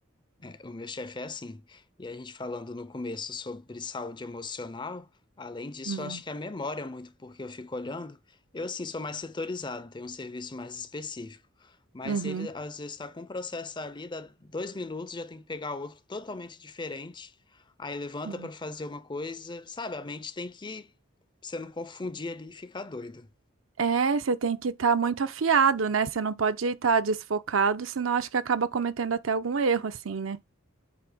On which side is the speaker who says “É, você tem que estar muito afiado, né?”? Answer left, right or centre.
Right